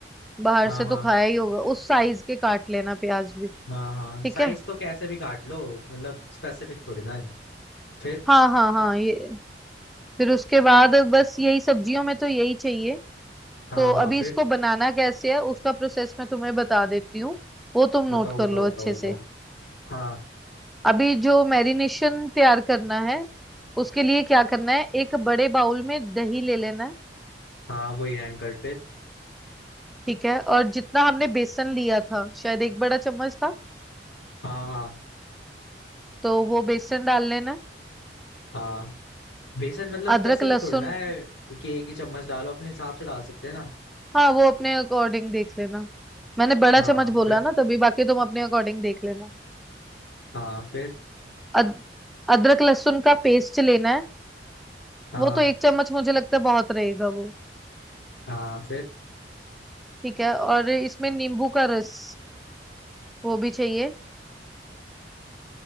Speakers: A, in the centre; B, on the left.
A: बाहर
B: हाँ
A: से
B: हाँ
A: तो खाया ही होगा उस साइज के काट लेना प्याज भी
B: हाँ हाँ
A: ठीक
B: साइज
A: है
B: तो कैसे भी काट लो मतलब स्पेसिफिक थोड़ी ना है फिर
A: हाँ हाँ हाँ ये फिर उसके बाद बस यही सब्जियों में तो यही चाहिए
B: हाँ
A: तो
B: हाँ
A: अभी
B: फिर
A: इसको बनाना कैसे है उसका प्रोसेस मैं तुम्हें बता देती हूँ वो तुम
B: बताओ
A: नोट कर
B: बताओ
A: लो अच्छे
B: बताओ बताओ
A: से
B: हाँ
A: अभी जो मैरिनेशन तैयार करना है उसके लिए क्या करना है एक बड़े बाउल में दही ले लेना है
B: हाँ वही हैंग करते
A: ठीक है और जितना हमने बेसन लिया था शायद एक बड़ा चम्मच था
B: हाँ हाँ
A: तो वो बेसन डाल लेना है।
B: हाँ बेसन मतलब स्पेसिफिक
A: अदरक लहसुन
B: थोड़ना है कि एक ही चम्मच डालो अपने हिसाब से डाल सकते हैं ना
A: हाँ वो अपने अकॉर्डिंग देख लेना मैंने बड़ा
B: हाँ
A: चम्मच बोला
B: फिर
A: ना तभी बाकी तुम अपने अकॉर्डिंग देख लेना
B: हाँ फिर
A: अद, अदरक लहसुन का पेस्ट लेना है
B: हाँ
A: वो तो एक चम्मच मुझे लगता है बहुत रहेगा वो
B: हाँ फिर
A: ठीक है और इसमें नींबू का रस वो भी चाहिए